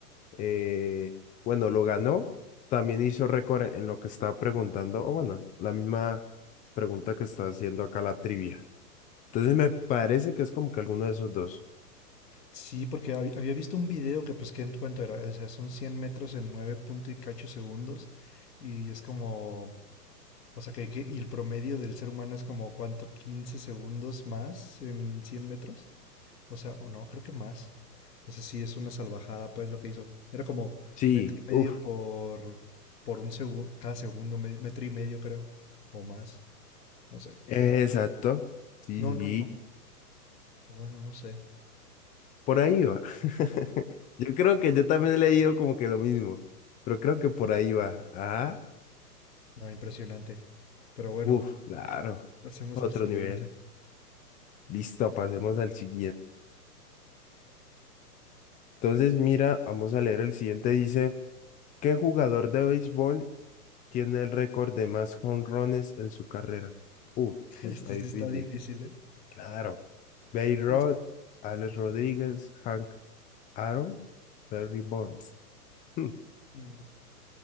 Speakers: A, on the left; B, on the left.
A: eh, bueno, lo ganó, también hizo récord en lo que estaba preguntando, o bueno, la misma pregunta que está haciendo acá la trivia. Entonces me parece que es como que alguno de esos dos.
B: Sí, porque hab- había visto un video que pues que en cuanto era, o sea, son 100 metros en 9 punto y cacho segundos y es como, o sea, que, que- y el promedio del ser humano es como, ¿cuánto? quince segundos más en 100 metros. O sea, o no, creo que más. O sea, sí, es una salvajada pues lo que hizo. Era como
A: Sí,
B: metro y
A: uff,
B: medio por, por un segundo, cada segundo, me- metro y medio creo, o más, no sé.
A: exacto, sí,
B: No, no,
A: sí.
B: no. Bueno, no sé.
A: Por ahí va. <laughs> Yo creo que yo también he leído como que lo mismo, pero creo que por ahí va. Ajá.
B: No, impresionante. Pero bueno,
A: Uf, claro.
B: pasemos
A: Otro
B: al siguiente.
A: nivel. Listo, pasemos al siguiente. Entonces, mira, vamos a leer el siguiente. Dice, ¿qué jugador de béisbol tiene el récord de más jonrones en su carrera? Uf, está
B: Este
A: difícil.
B: sí está difícil, ¿eh?
A: Claro. Babe Ruth,
B: Es-
A: Alex Rodríguez, Hank Aaron, Barry Bonds. <laughs> Hmm,
B: mm,